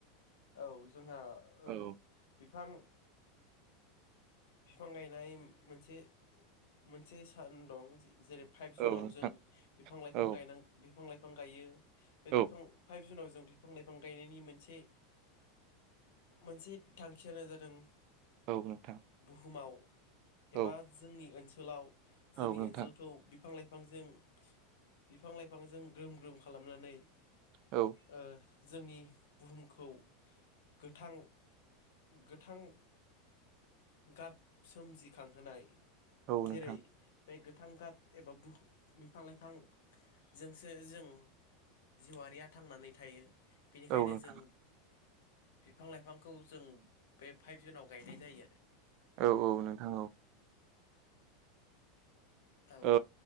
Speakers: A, on the left; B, on the right.
A: औ जोंहा ओ
B: औ
A: बिफां बिफां गायनाय मोनसे मोनसे सान दं जेरै फाइभ
B: औ
A: जुनाव
B: नोंथां
A: जों बिफां लाइफां
B: औ
A: गा बिफां लाइफां गायो बे
B: औ
A: बिफां फाइभ जुनाव जों बिफां लाइफां गायनायनि मोनसे मोनसे थांखियानो जादों
B: औ नोंथां
A: बुहुमाव
B: औ
A: एबा जोंनि ओनसोलाव
B: औ
A: जोंनि
B: नोंथां
A: ओनसोलखौ बिफां लाइफांजों बिफां लाइफांजों ग्रोम ग्रोम खालामनानै
B: औ
A: ओ जोंनि बुहुमखौ गोथां गोथां गाब सोमजिखांहोनाय
B: औ
A: जेरै
B: नोंथां।
A: बे गोथां गाब एबा बह बिफां लाइफांजोंसो जों जिउआरारिया थांनानै थायो बेनिखायनो
B: औ नोंथां
A: जों बिफां लाइफांखौ जों बे फाइभ जुनाव गायनाय जायो आरो
B: औ औ नोंथां औ।
A: आरो
B: औ